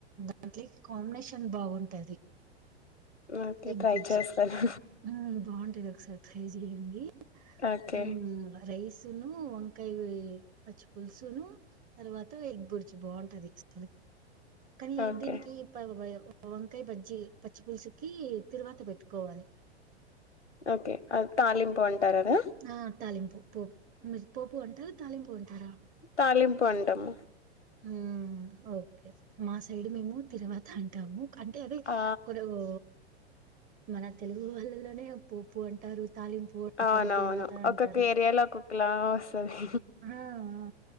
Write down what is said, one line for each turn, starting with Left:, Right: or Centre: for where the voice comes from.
Right: దాంట్లో కి కాంబినేషన్ బాగుం టది
Left: ఓకే
Right: ఎగ్
Left: ట్రై
Right: బుజ్జి
Left: చేస్తాను
Right: మ్మ్ బాగుం ఇది ఒకసారి ట్రై చేయండి
Left: ఓకే
Right: ఉమ్ రైస్ తిను వంకాయ్ పచ్చి పులుసును తర్వాత ఎగ్ బుడ్జ్ బాగుంటది <unintelligible> కానీ
Left: ఓకే
Right: దీనికి పా ఉపయోగం పవన్ కె బజ్జి పచ్చిపులుసుకి తిరువాత పెట్టుకోవాలి
Left: ఓకే అది తాలింపు అంటారు అదా
Right: ఆ తాలింపు పో మీర్ పోపు అంటారా తాలింపు అంటారా
Left: తాలింపు అంటాము
Right: మ్మ్ ఓకే మా సైడ్ మేము తిరువాత అంటాము అంటే అది
Left: ఆ
Right: కొరవు మన తెలుగు వాళ్ళలోనే పోపు అంటారు తాలింపు అంటారు
Left: అవునవును
Right: తిరువాత అంటారు
Left: ఒక్కొక్క ఏరియాలో ఒక్కొక్కలా వస్తది
Right: ఆ ఆ